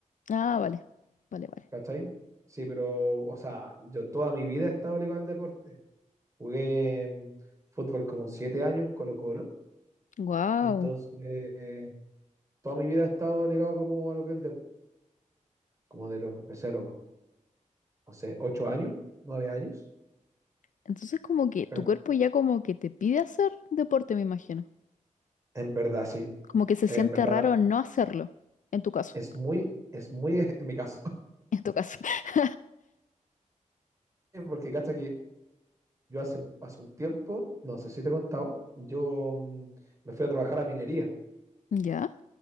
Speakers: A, on the left; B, on the right.
A: Ah, vale, vale, vale.
B: ¿Cachai? Sí, pero, o sea, yo toda mi vida he estado ligado al deporte. Jugué mm, fútbol como siete años en Colo-Colo.
A: Wow.
B: Entonces, eh, toda mi vida he estado ligado como a lo que es el deporte. Como de los, empecé a los, no sé, ocho años, nueve años.
A: Entonces como que
B: Ca-
A: tu cuerpo ya como que te pide hacer deporte, me imagino.
B: En verdad, sí.
A: Como que se
B: En
A: siente
B: verdad,
A: raro no hacerlo, en tu caso,
B: es muy, es muy <laughs> en mi caso.
A: <laughs> en tu caso. <laughs>
B: <laughs> Porque, cacha, que yo hace, hace un tiempo, no sé si te he contado, yo mm, me fui a trabajar a minería,
A: ¿Ya?